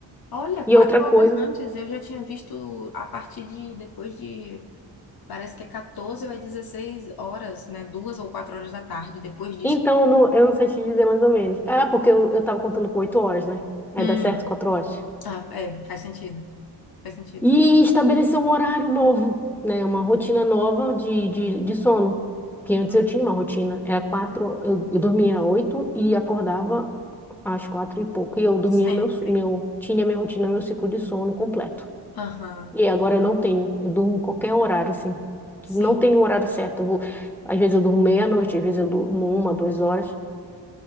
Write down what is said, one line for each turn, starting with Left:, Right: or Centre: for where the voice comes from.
Left: Olha, quatro
Centre: E outra
Left: horas
Centre: coisa.
Left: antes eu já tinha visto a partir de depois de parece que é 14 ou é 16 horas, né? Duas ou quatro horas da tarde. Depois disso.
Centre: Então, não- eu não sei te dizer mais ou menos. Ah, porque eu, eu tava contando com oito horas, né? Aí
Left: Hum,
Centre: dá certo quatro horas.
Left: Ah, é, faz sentido. Faz sentido.
Centre: E estabelecer um horário novo, né? Uma rotina nova de, de, de sono. Que antes
Left: hum,
Centre: eu tinha uma rotina. Era quatro, eu, eu dormia oito e acordava às quatro e pouco. E eu dormia
Left: sempre.
Centre: meu, meu, tinha minha rotina, meu ciclo de sono completo.
Left: Aham,
Centre: E agora eu não tenho. Eu durmo qualquer horário, assim.
Left: sim.
Centre: Não tenho um horário certo. Eu vou, às vezes eu durmo meia-noite, às vezes eu durmo uma, duas horas.